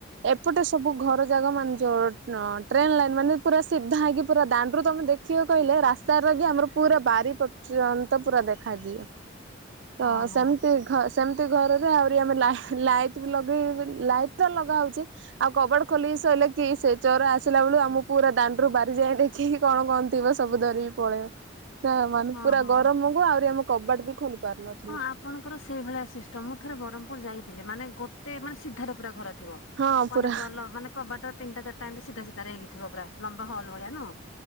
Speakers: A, on the right; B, on the left.
A: ଏପଟେ ସବୁ ଘର ଜାଗା ମାନେ ଯୋଉ ଟ୍ରେନ୍ ଲାଇନ୍ ମାନେ ପୁରା ସିଧା ହେଇକି ପୁରା ଦାଣ୍ଡରୁ ତମେ ଦେଖିବ କହିଲେ ରାସ୍ ତାର କି ଆମର ପୁରା ବାରି ପର୍ଯ୍ୟନ୍ତ ପୁରା ଦେଖାଯିବ। ତ
B: ଓହୋ
A: ସେମିତି ଘ ସେମିତି ଘରେରେ ଆହୁରି ଆମେ -ଲା-ଲାଇଟ୍ ବି ଲଗେଇ ଲାଇଟ୍ ତ ଲଗା ହଉଛି ଆଉ କବାଡ ଖୋଲିକି ସୋଇଲେ କି ସେ ଚୋର ଆସିଲା ବଳୁ ଆମକୁ ପୁରା ଦାଣ୍ଡରୁ ବାରିଯାଏ ଦେଖି କଣ କଣ ଥିବ ସବୁ ଧରିକି ପଳେଇବ। ତା ମାନେ
B: ହଁ
A: ପୁରା
B: ହଁ।
A: ଗରମ କୁ ଆହୁରି ଆମେ କବାଟ ବି ଖୋଲି ପାରୁନୁ।
B: ହଁ ଆପଣଙ୍କର ସେଇ ଭଳିଆ ସିଷ୍ଟମ ମୁଁ ଥରେ ବ୍ରହ୍ମପୁର ଯାଇଥିଲି ମାନେ ଗୋଟେ ମାନେ ସିଧାର ପୁରା ଘର। ଥିବ
A: ହଁ
B: ମାନେ
A: ପୁରା
B: ଗଲ ମାନେ କବାଟ ତିନିଟା ଚାରିଟା ଏମତି ସିଧା ସିଧା ହେଇକିଥିବ ପୁରା। ଲମ୍ବା ହଲ୍ ଭଳିଆ ନୁହଁ